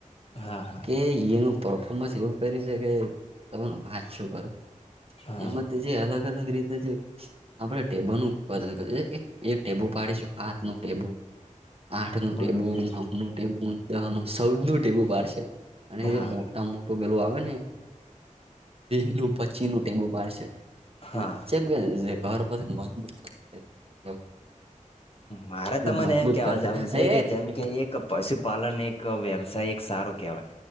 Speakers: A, on the left; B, on the right.
A: હા હા
B: કે એનું પરફોર્મન્સ એવું કર છે કે ત વાંચ શું કરો.
A: હા
B: એમાં જે અલગ અલગ રીતે જે આપણે ટેબો નું ઉત્પાદન કર ટેબુ પાડીશું હાથ નું ટેબુ આઠ નું ટેબુલ
A: બરોબર
B: નવ નું ટેબુલ દહનું સૌનું ટેબુ પડશે અને એ જે
A: હા
B: મો ત મોટું પેલું આવે ને બે નું પચી નું ટેબુ પડશે.
A: હા
B: જેમ કે જે ઘર પાછી મજબૂત થ
A: મારે ત મને
B: મજબૂત
A: એમ કેવા
B: કરશે
A: જવું છે
B: એ
A: કે જેમ કે એક પશુપાલન એક ક વ્યવસાય એક સારો કહેવાય.